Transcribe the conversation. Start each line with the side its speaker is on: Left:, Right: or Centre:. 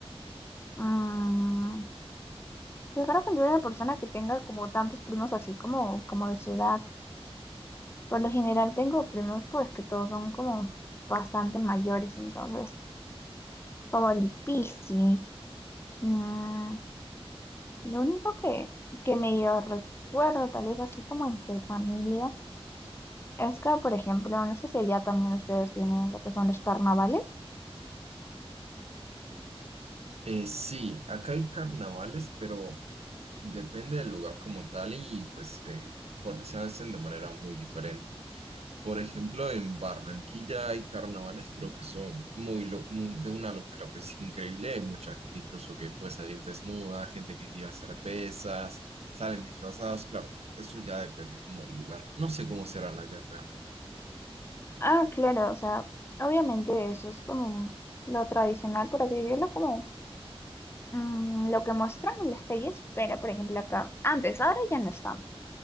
Left: Mm, yo creo que no soy una persona que tenga como tantos primos así como, como de su edad. Por lo general tengo primos pues que todos son como bastante mayores, entonces como difícil. Mm, lo único que, que medio recuerdo tal vez así como entre familia. Es que, por ejemplo, no sé si allá también ustedes tienen lo que son los carnavales.
Right: Eh, sí, acá hay carnavales, pero depende del lugar como tal y pues eh, for- se hacen de manera muy diferente. Por ejemplo, en Barranquilla hay carnavales, pero que son muy, lo- mu- de una locura pues increíble. Hay mucha gente incluso que puede salir desnuda, gente que quiere hacer pesas, salen disfrazados. Claro, eso ya depende como del lugar. No sé cómo serán allá realmente.
Left: Ah, claro, o sea, obviamente eso es como lo tradicional, por así decirlo, como mm, lo que muestran en las calles, pero por ejemplo acá, antes, ahora ya no están.